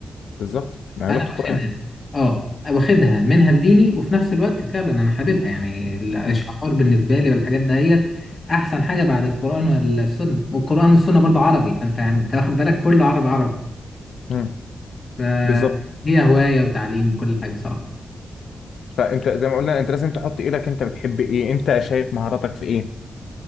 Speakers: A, on the left; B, on the left.
A: بالظبط ما
B: انا
A: هي لغه القران
B: واخدها اه واخدها منها لديني وفي نفس الوقت فعلا انا حاببها يعني الاشعار
A: مم.
B: بالنسبه لي والحاجات دهيت احسن حاجه بعد القران والسنه والقران والسنه برضه عربي فانت يعني انت واخد بالك كله عربي عربي
A: مم.
B: فهي
A: بالظبط
B: هوايه وتعليم وكل حاجه صراحه
A: فانت زي ما قلنا انت لازم تحط ايدك انت بتحب ايه انت شايف مهاراتك في ايه